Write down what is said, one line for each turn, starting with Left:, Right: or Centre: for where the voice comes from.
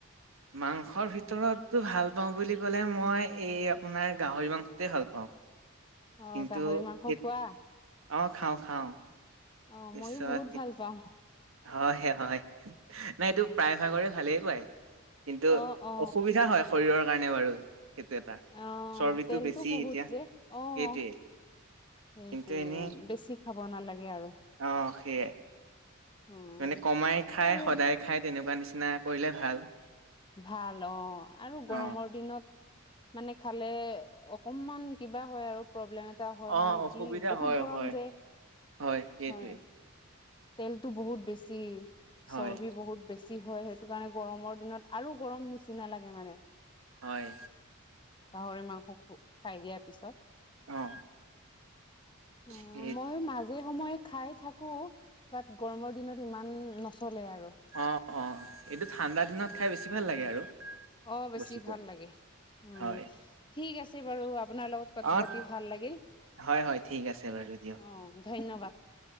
Right: মাংসৰ ভিতৰতো ভাল পাওঁ বুলি ক'লে মই এই আপোনাৰ গাহৰি মাংসতোৱে ভাল পাওঁ।
Left: অ
Right: কিন্তু
Left: গাহৰি মাংস
Right: এট
Left: খোৱা?
Right: অ', খাওঁ খাওঁ।
Left: অ',
Right: পিছত
Left: মইও বহুত ভাল পাওঁ।
Right: হয় হয় নাই এইটো প্ৰায়ভাগৰে ভালেই পায়। কিন্তু
Left: অ অ
Right: অসুবিধা হয় শৰীৰৰ কাৰণে বাৰু। সেইটো এটা
Left: অ
Right: চৰ্বিটো
Left: তেলতো
Right: বেছি
Left: বহুত
Right: এতিয়া
Left: যে অ
Right: সেইটোৱে।
Left: সেইটোৱে
Right: কিন্তু এনেই
Left: বেছি খাব নালাগে আৰু।
Right: অ', সেয়াই।
Left: উম
Right: মানে কমাই খায়
Left: আৰু
Right: সদায় খায় তেনেকুৱা নিচিনা কৰিলে ভাল।
Left: ভাল অ', আৰু
Right: অ
Left: গৰমৰ দিনত মানে খালে অকনমান কিবা হয় আৰু প্ৰব্লেম এটা হয়
Right: অ
Left: মানে
Right: অসুবিধা
Left: কি বহুত
Right: হয়
Left: গৰম
Right: হয়
Left: যে
Right: হয় সেইটোৱে
Left: হয়। তেলতো বহুত বেছি
Right: হয়
Left: চৰ্বি বহুত বেছি হয় সেইটো কাৰণে গৰমৰ দিনত। আৰু গৰম নিচিনা লাগে মানে।
Right: হয়।
Left: গাহৰি মাংস খো খাই দিয়াৰ পিছত।
Right: অ
Left: অ',
Right: সেই
Left: মই মাজে সময়ে। খাই থাকো বাট গৰমৰ দিনত ইমান নচলে আৰু।
Right: অ', অ', এইটো ঠাণ্ডা দিনত খাই বেছি ভাল লাগে আৰু।
Left: অ', বেছি
Right: বস্তুটো
Left: ভাল লাগে। উম
Right: হয়।
Left: ঠিক আছে বাৰু আপোনাৰ লগত কথা
Right: অ',
Left: পাতি ভাল লাগিল।
Right: হয়' হয় ঠিক আছে বাৰু দিয়া
Left: অ', ধন্যবাদ।